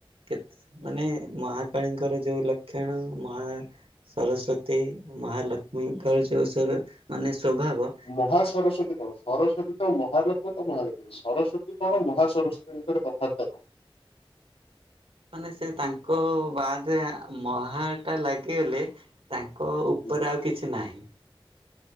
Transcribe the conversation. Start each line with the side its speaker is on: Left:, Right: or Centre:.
Right: କେତେ
Left: ହୁଁ।
Right: ମାନେ ମହା କାଳୀଙ୍କର ଯୋଉ ଲକ୍ଷଣ। ମହା ସରସ୍ଵତୀ, ମହା ଲକ୍ଷ୍ମୀ, କାଳି ଯୋଉ ସ୍ୱର ମାନେ ସ୍ଵଭାବ।
Left: ମହା ସରସ୍ଵତୀ କଣ? ସରସ୍ୱତୀ ତ ମହାଲକ୍ଷ୍ମ ତ ମହାଲକ୍ଷ୍ମୀ। ସରସ୍ୱତୀ କଣ ମହା ସରସ୍ୱତୀଙ୍କର ତଫାତ୍ କଣ?
Right: ମାନେ ସେ ତାଙ୍କ ବାଦେ ଆ ମହା ଟା ଲାଗିଗଲେ। ତା ଙ୍କ ଉପରେ
Left: ହୁଁ
Right: ଆଉ କିଛି ନାହିଁ।